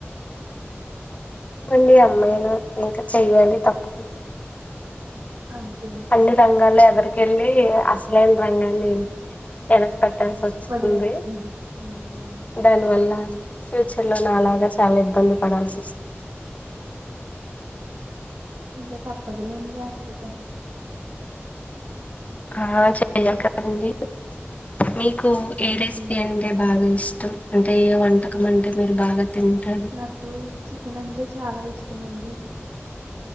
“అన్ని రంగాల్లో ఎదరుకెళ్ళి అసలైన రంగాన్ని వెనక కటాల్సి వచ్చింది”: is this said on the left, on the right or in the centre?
Left